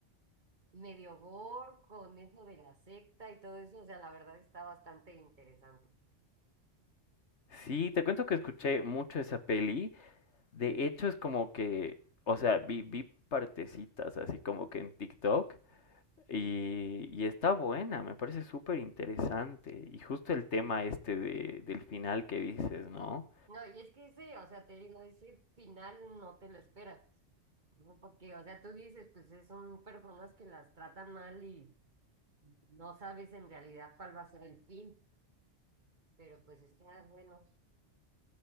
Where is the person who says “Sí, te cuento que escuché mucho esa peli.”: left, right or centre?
Left